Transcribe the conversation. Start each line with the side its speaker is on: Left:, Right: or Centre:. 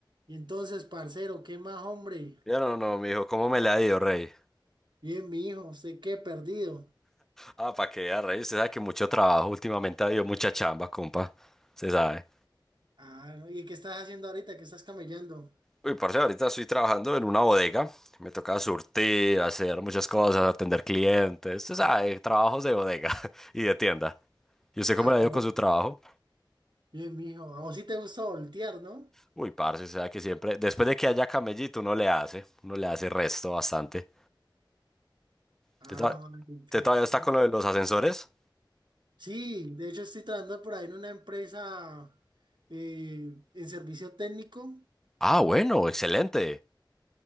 Right: Y entonces, parcero, ¿qué más, hombre?
Centre: Ya no, no, mijo, ¿cómo me le ha ido, rey?
Right: Bien, mi hijo, ¿usted qué? Perdido.
Centre: Ah, pa' que vea, rey, usted sabe que mucho trabajo últimamente ha habido mucha chamba, compa, se sabe.
Right: Ah, no, ¿y qué estás haciendo ahorita? ¿Qué estás camellando?
Centre: Uy, parce, ahorita estoy trabajando en una bodega, me toca surtir, hacer muchas cosas, atender clientes, se sabe, trabajos de bodega <laughs> y de tienda. ¿Y usted
Right: Ah,
Centre: cómo le ha ido
Right: a vo-
Centre: con su trabajo?
Right: bien, mi hijo. A vos sí te gusta voltear, ¿no?
Centre: Uy, parce, se sabe que siempre, después de que haya camellito, uno le hace, uno le hace resto bastante.
Right: Ah,
Centre: ¿Usted to-
Right: marica.
Centre: usted todavía está con lo de los ascensores?
Right: Sí, de hecho estoy trabajando por ahí en una empresa eh, en servicio técnico.
Centre: Ah, bueno, excelente.